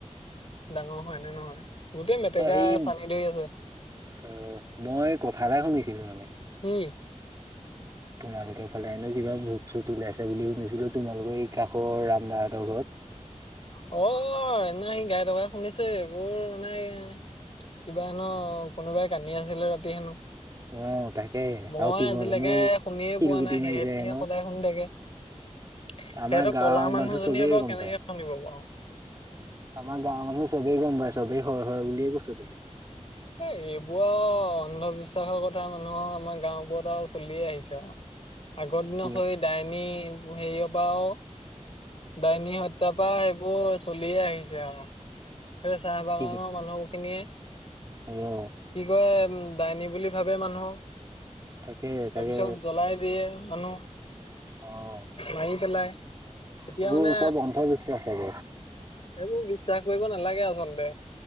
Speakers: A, on the left; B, on the right.
A: ডাঙৰ হয় নে নহয়। গোটেই
B: তাপা
A: মেটেকা
B: এই।
A: চানি ধৰি আছে
B: অ', মই কথা এটা শুনিছিলোঁ মানে
A: কি?
B: তোমালোকে ফালে হেনো কিবা ভুত চুত ওলাইছে বুলি শুনিছিলোঁ তোমালোকৰ এই কাষৰ ৰামদাহঁতৰ ঘৰত।
A: অ', সেইদিনা সি গাই থকা শুনিছোঁ। এইবোৰ মানে কিবা হেনো কোনোবাই কান্দি আছিলে ৰাতি হেনো।
B: অ', তাকে
A: মই
B: আৰু টিঙত
A: আজিলেকে
B: হেনো
A: শুনিয়ে
B: শিলগুটি
A: পোৱা নাই। সেহেঁতিহে
B: মাৰিছে হেনো
A: সদায় শুন থাকে। সেহেঁতৰ
B: আমাৰ গাঁৱৰ
A: কলা মানুহজনীয়ে
B: মানুহ চবেই
A: বাৰু
B: গম
A: কেনেকে
B: পায়।
A: <unintelligible>
B: আমাৰ গাঁৱৰ মানুহ চবেই গম পায় চবেই হয় হয় বুলিয়ে কৈছে <unintelligible>
A: এ, এইবোৰ আৰু অন্ধবিশ্বাসৰ কথা মানুহৰ আমাৰ গাঁওবোৰত আৰু চলিয়ে আহিছে আৰু আগৰ দিনৰ
B: টিঙ
A: সই ডাইনী <unintelligible> হেৰিয় পাওঁ ডাইনী হত্যা পা সেইবোৰ চলিয়ে আহিছে আৰু। সে চাহ বাগানৰ
B: ঠিক
A: মানুহ খিনিয়ে
B: অ'।
A: কি কয় উম ডাইনী বুলি ভাবে মানুহ।
B: তাকে
A: তাৰপিছত
B: তাকে
A: জ্বলাই দিয়ে মানুহ
B: অ'।
A: মাৰি পেলাই। এতিয়া
B: সেইবো
A: মানে
B: চব অন্ধবিশ্বাস হ'ব।
A: সেইবোৰ বিশ্বাস কৰিব নালাগে আচলতে।